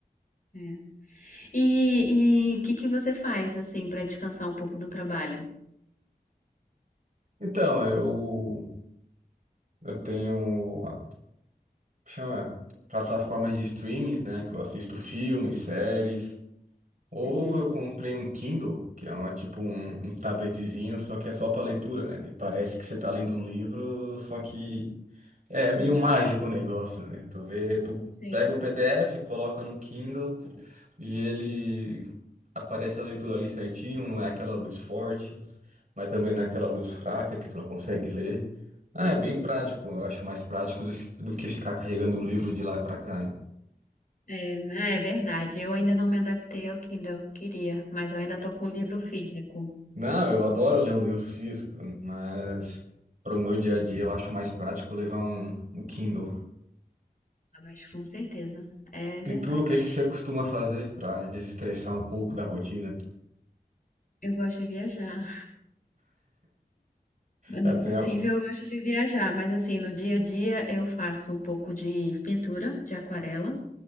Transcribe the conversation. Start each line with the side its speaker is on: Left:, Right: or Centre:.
Left: É. E e o que que você faz assim para descansar um pouco do trabalho?
Right: Então, eu, eu tenho, a- chama, plataformas de streamings, né? Que eu assisto filmes, séries. Ou
Left: Uhum,
Right: eu comprei um Kindle, que é uma, tipo um, um tabletezinho, só que é só para leitura, né? Parece que você tá lendo um livro, só que É meio
Left: uhum,
Right: mágico o negócio, né? Tu vê, tu
Left: sim.
Right: pega o PDF, coloca no Kindle e ele aparece a leitura ali certinho, não é aquela luz forte, mas também não é aquela luz fraca que tu não consegue ler. Ah, é bem prático, eu acho mais prático do que do que ficar carregando um livro de lá pra cá, né?
Left: É, né, é verdade. Eu ainda não me adaptei ao Kindle, queria, mas eu ainda tô com o livro físico.
Right: Não, eu adoro ler um livro físico, mas para o meu dia a dia eu acho mais prático levar um, um Kindle.
Left: Ah, Mas com certeza, é verdade.
Right: E tu, o que que você costuma fazer para desestressar um pouco da rotina?
Left: Eu gosto de viajar. Quando
Right: Eu tenho,
Left: possível, eu gosto de viajar, mas assim, no dia a dia eu faço um pouco de pintura, de aquarela.